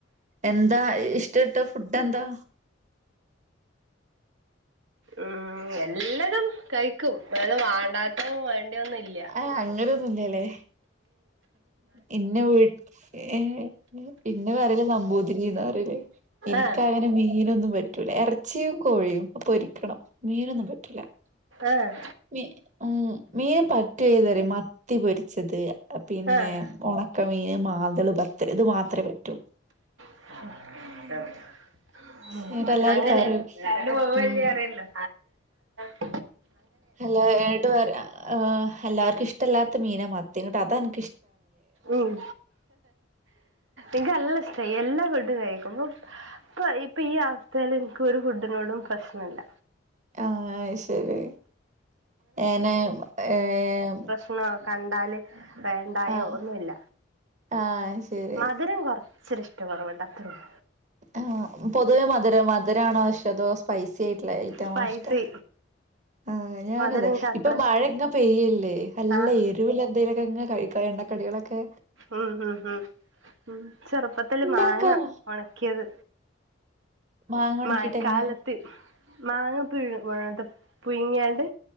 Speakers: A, on the right (about 40°); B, on the right (about 80°).
A: എന്താ ഇഷ്ടട്ട ഫുഡ്ഡെന്താ
B: ഉം എല്ലതും കഴിക്കും, ഏതാ വാണ്ടാത്തതും വേണ്ടിയൊന്നുല്ല്യ
A: ആഹ് അങ്ങനൊന്നുല്ലല്ലേ ഇന്നെ വീ ഏഹ് ഇന്നെ പറ്യല് നമ്പൂതിരീന്നാ പറ്യല് ഇനിക്കങ്ങനെ
B: ആഹ്
A: മീനൊന്നും പറ്റൂല. എറച്ചിം കോഴിയും പൊരിക്കണം മീനൊന്നും പറ്റൂല
B: ഏഹ്
A: മീ ഉം മീന് പറ്റു ഏതാറ്യോ മത്തി പൊരിച്ചത് പിന്നെ
B: ആഹ്
A: ഒണ ക്ക മീന് മാന്തള് ബത്തല് ഇത് മാത്രേ പറ്റൊള്ളു
B: <unintelligible>
A: എന്നിട്ട് എല്ലാരും
B: അങ്ങനേ
A: പറയും
B: കറന്റ് പോകുവോ
A: ഉം
B: ഇല്ലയോ അറിയല്ലോ <inaudible>
A: എല്ലാ ഏട്ട് പറി ആഹ്‌ എല്ലാർക്കും ഇഷ്ടല്ലാത്ത മീനാ മത്തി, ങ്ങട്ടതാ അൻ
B: ഉം ഇൻക്കല്ല ഇഷ്ടായി എല്ലാ ഫുഡ്ഡും കഴിക്കുമ്പം ഇപ്പൊ ഇപ്പഈ അവസ്ഥേല് ഇൻക്കൊരു ഫുഡ്ഡിനോടും പ്രശ്നല്ല
A: ആഹ്‌ അഹ് ശരി ഞാന് ഏയാം
B: ങ്ങാ കണ്ടാല് വേണ്ടായോ
A: ആഹ്
B: ഒന്നുല്ല
A: ആഹ് ശരി
B: മധുരം കൊറ ച്ചൊര് ഇഷ്ട്ടക്കൊറവ്ണ്ട് അത്രൊള്ളു
A: ആഹ് പൊതുവേ മധുരം മധുരാണോഷ് അതോ സ് പൈസ്യായിട്ട്ള്ള ഐറ്റാണോ
B: സ്പൈസി
A: ഇഷ്ടം ആഹ് ഞാനു
B: മധുരം
A: അതെ
B: എനിക്ക് അത്ര
A: ഇപ്പൊ മഴങ്ങ
B: ഇഷ്ടല്ല
A: പെയ്യല്ലേ, നല്ല
B: ആഹ്
A: എരിവ്ള്ള എന്തേലൊക്കെങ്ങ കഴിക്കാ എണ്ണക്കടികളൊ ക്കെ
B: ഉം ഹും ഹും ചെറ്പ്പത്തില്
A: ഇണ്ടാക്കാം
B: മാങ്ങ ഒണ ക്ക്യത്
A: മാങ്ങ ഒണക്കിട്ട്
B: മയക്കാലത്ത്
A: എങ്ങനെ
B: മാങ്ങ പിഴ് ഏത്ത പുയ്ങ്യാണ്ട്